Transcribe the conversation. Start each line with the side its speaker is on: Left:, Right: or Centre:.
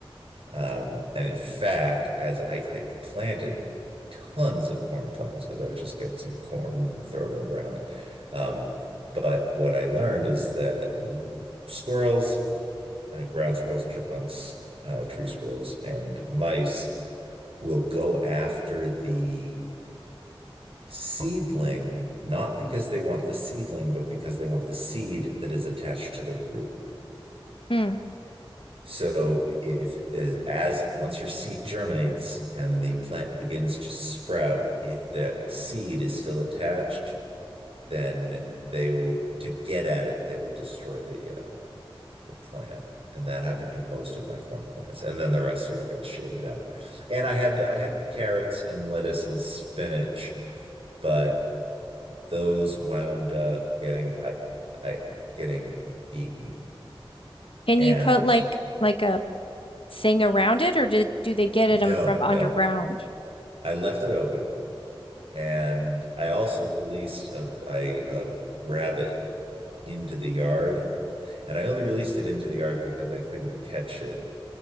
Right: Um, and in fact, as I, I planted tons of corn plants because I would just get some corn and throw it in the ground. Um, but what I learned is that squirrels, uh, ground squirrels, chipmunks, uh, tree squirrels, and mice will go after the seedling, not because they want the seedling, but because they want the seed that is attached to the root.
Left: Hmm.
Right: So if as, as once your seed germinates and the plant begins to sprout, if that seed is still attached, then they will to get at it, they will destroy the uh, the plant. And that happened to most of my corn plants. And then the rest sort of got shaded out. And I had I had carrots and lettuce and spinach, but those wound up getting I I getting eaten.
Left: And
Right: And
Left: you put like like a thing around it or did do they get
Right: no,
Left: it um, from underground?
Right: no, I left it open. And I also released a, I, a rabbit into the yard. And I only released it into the yard because I couldn't catch it.